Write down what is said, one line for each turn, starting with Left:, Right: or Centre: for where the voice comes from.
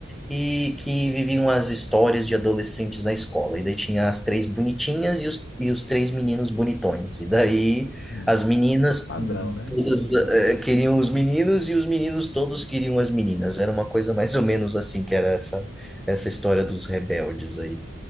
Centre: e que viviam as histórias de adolescentes na escola. E daí tinha as três bonitinhas e os, e os três meninos bonitões. E daí
Left: uhum.
Centre: as meninas
Left: Padrão, né?
Centre: todas eh, queriam os meninos e os meninos todos queriam as meninas. Era uma coisa mais ou menos assim que era essa, essa história dos rebeldes aí.